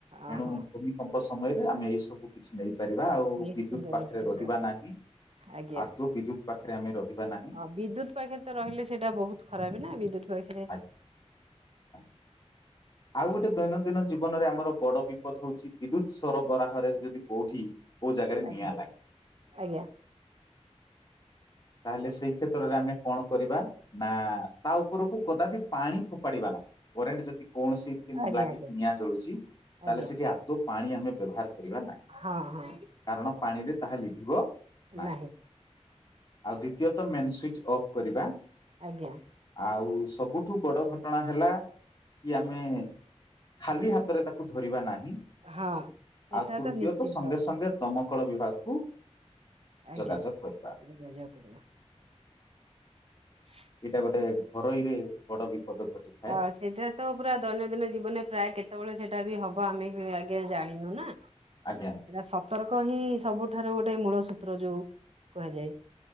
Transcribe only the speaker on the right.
ଓହୋ
ନିଶ୍ଚିନ୍ତ
ନିଶ୍ଚିନ୍ତ
ଆଜ୍ଞା
ଅ ବିଦ୍ୟୁତ ପାଖେ ତ ରହିଲେ ସେଟା ବହୁତ ଖରାପ ନା ବିଦ୍ୟୁତ ପାଖରେ
ଆଜ୍ଞା
ଆଜ୍ଞା
ଆଜ୍ଞା
ଆଜ୍ଞା
ଆଜ୍ଞା
ଆଜ୍ଞା
ହଁ ହଁ
ନାହିଁ
ଆଜ୍ଞା।
ହଁ ସେଇଟା
ନିଶ୍ଚିନ୍ତ
ଆଜ୍ଞା
ଯୋଗାଯୋଗ କରିବା। <inaudible>
ହ ସେଇଟା ତ ପୁରା ଦୈନନ୍ଦିନ ଜୀବନରେ ପ୍ରାୟ କେତେବେଳେ ସେଇଟା ବି ହବ ଆମେ ବି ଆଜ୍ଞ ଜାଣିନୁ ନା।
ସତର୍କ ହିଁ ସବୁଠାରୁ ଗୋଟେ ମୂଳ ସୂତ୍ର ଯୋଉ କୁହାଯାଏ।